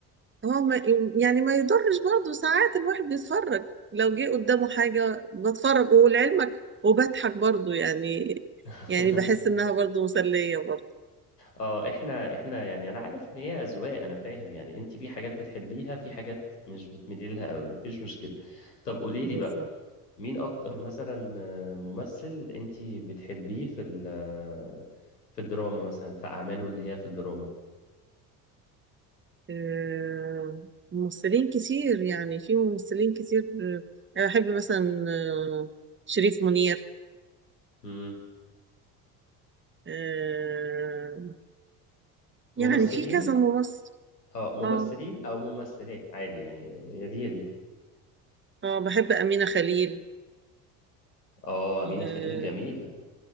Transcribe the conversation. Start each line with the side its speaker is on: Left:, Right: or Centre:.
Right: هو ما يعني ما يضرش برضه ساعات الواحد بيتفرج لو جه قدامه حاجه بتفرج ولعلمك وبضحك برضه يعني
Left: <laughs>
Right: يعني بحس انها برضه مسليه برضه
Left: اه احنا احنا يعني انا عارف ان هي اذواق انا فاهم يعني انت في حاجات بتحبيها في حاجات مش بتميلي لها قوي مفيش مشكلة طب قولي
Right: بالظبط
Left: لي بقى مين اكتر مثلا آه، ممثل انتي بتحبيه في ال- آه، في الدراما مثلا في اعماله اللي هي في الدراما
Right: آه، ممثلين كتير يعني في ممثلين كتير آه، انا بحب مثلا آه، شريف منير
Left: مم.
Right: آه،
Left: ممثلين
Right: يعني في كذا ممثل
Left: اه ممثلين
Right: اه
Left: او ممثلات عادي يعني هي دي هي دي
Right: اه بحب أمينة خليل
Left: اه امينة
Right: آه
Left: خليل جميلة